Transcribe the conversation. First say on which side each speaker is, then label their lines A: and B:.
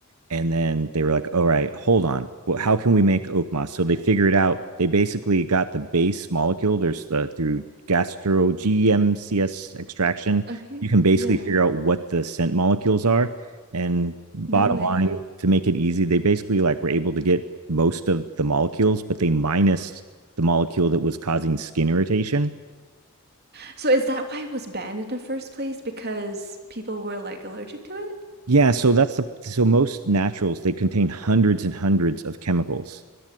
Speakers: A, on the right; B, on the right.
A: and then they were like all right hold on well, how can we make oak moss so they figured out they basically got the base molecule there's the through gastro gmcs extraction
B: Okay.
A: you can basically
B: Yeah.
A: figure out what the scent molecules are and bottom
B: No way.
A: line to make it easy they basically like were able to get most of the molecules but they minused the molecule that was causing skin irritation
B: So is that why it was banned in the first place? Because people were like allergic to it?
A: yeah so that's the so most naturals they contain hundreds and hundreds of chemicals